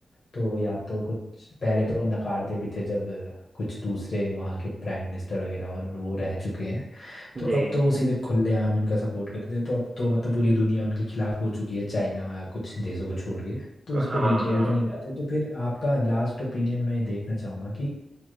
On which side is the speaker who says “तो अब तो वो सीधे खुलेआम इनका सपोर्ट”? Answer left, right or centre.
Left